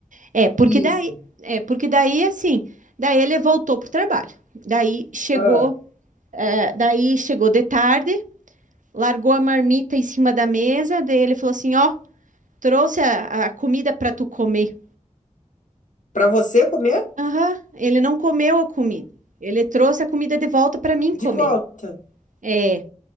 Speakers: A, on the right; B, on the left.
A: É, porque
B: Isso.
A: daí, é, porque daí assim, daí ele voltou pro trabalho. Daí chegou,
B: Ah.
A: é, daí chegou de tarde, largou a marmita em cima da mesa, daí ele falou assim, ó, trouxe a, a comida para tu comer.
B: Pra você comer?
A: Aham, ele não comeu a comida. Ele trouxe a comida de volta para mim
B: De
A: comer.
B: volta.
A: É.